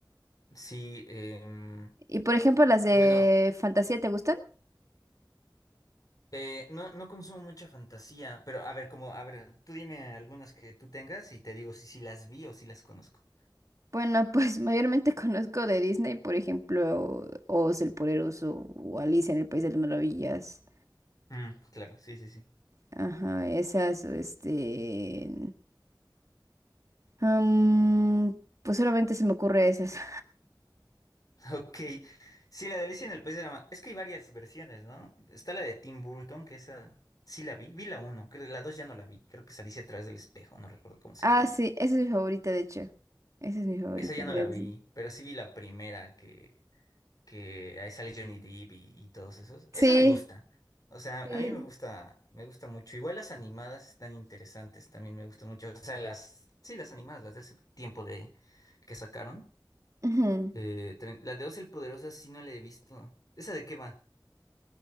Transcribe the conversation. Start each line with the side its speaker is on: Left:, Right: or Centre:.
Left: Sí, em,
Right: Y por ejemplo, las de
Left: bueno,
Right: fantasía, ¿te gustan?
Left: eh, no, no consumo mucha fantasía, pero a ver, como, a ver, tú dime algunas que tú tengas y te digo si, si las vi o si las conozco.
Right: Bueno, pues <laughs> mayormente conozco de Disney, por ejemplo, Oz el Poderoso o Alicia en el País de las Maravillas.
Left: Mm, claro, sí, sí, sí.
Right: Ajá, esas, o este, Am, pues solamente se me ocurre esas. <laughs>
Left: Ok, sí, la de Alicia en el País de la Ma- Es que hay varias versiones, ¿no? Está la de Tim Burton, que esa sí la vi, vi la uno, creo la dos ya no la vi, creo que es Alicia a través del espejo, no recuerdo cómo se
Right: Ah,
Left: llama.
Right: sí, esa es mi favorita, de hecho. Esa es mi favorita.
Left: Esa ya
Right: de
Left: no la
Right: Disney.
Left: vi, pero sí vi la primera que, que ahí sale Johnny Depp y, y todos esos.
Right: Sí,
Left: Esa me gusta, o sea,
Right: sí.
Left: a mí me gusta, me gusta mucho. Igual las animadas están interesantes, también me gustan mucho. O sea, las, sí, las animadas, las de hace tiempo de que sacaron.
Right: Ujú.
Left: Eh, tren- la de Oz el Poderoso sí no la he visto. ¿Esa de qué va?